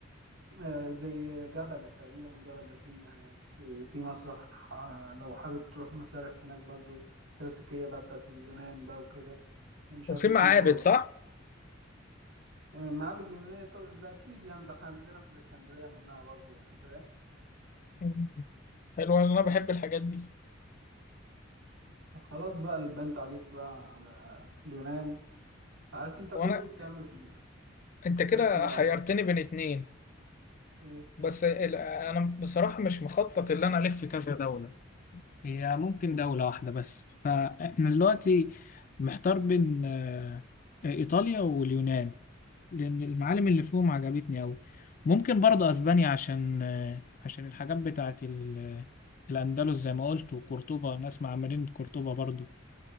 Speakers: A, on the right (about 85°); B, on the left (about 40°).
A: آه، زي جبل تقريبا جبل أثينا هناك وفي مسرح آه، لو حابب تروح مسارح هناك برضو كلاسيكية بقى بتاعت اليونان بقى وكده مش
B: وفي
A: عارف اسمه
B: معابد
A: إيه.
B: صح؟
A: آه، معابد يونانية طب ده أكيد يعني ده احنا عندنا في الإسكندرية منها برضو يعني فاهم
B: مم. حلو أنا بحب الحاجات دي
A: خلاص بقى يبقى أنت عليك بقى على اليونان عارف أنت ممكن
B: وأنا
A: تعمل
B: أنت كده
A: رحلة
B: حيرتني بين اتنين
A: إيه
B: بس ال- أنا بصراحة مش مخطط اللي أنا ألف في كذا دولة هي ممكن دولة واحدة بس فاحنا دلوقتي محتار بين آه، إيطاليا واليونان لأن المعالم اللي فيهم عجبتني أوي ممكن برضه أسبانيا عشان آه، عشان الحاجات بتاعت ال- آه، الأندلس زي ما قلت وقرطبة ناس مع مدينة قرطبة برضه